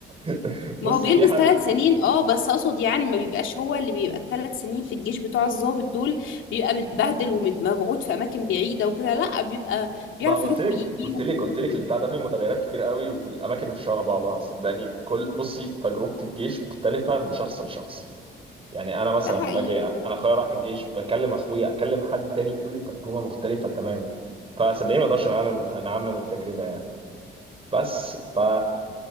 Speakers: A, on the right (about 30°); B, on the left (about 75°).
A: <laughs> بص
B: ما هو بيلبس
A: في حل
B: ثلاث سنين اه بس اقصد يعني ما بيبقاش هو اللي بيبقى الثلاث سنين في الجيش بتوع الضابط دول بيبقى متبهدل ومبعوت في اماكن بعيده وكده لا بيبقى
A: ما
B: بيعرف
A: قلت
B: يروح
A: لك
B: ويجي
A: قلت لك
B: و...
A: قلت لك البتاع ده فيه متغيرات كتير قوي والاماكن مش شبه بعضها صدقني كل بصي تجربه الجيش مختلفه من شخص لشخص يعني انا مثلا
B: ده حقيقي
A: باجي انا
B: آه.
A: اخويا راح الجيش بكلم اخويا اكلم حد تاني يقول لي تجربه مختلفه تماما فصدقني ما اقدرش انا انعمم التجربه يعني بس ف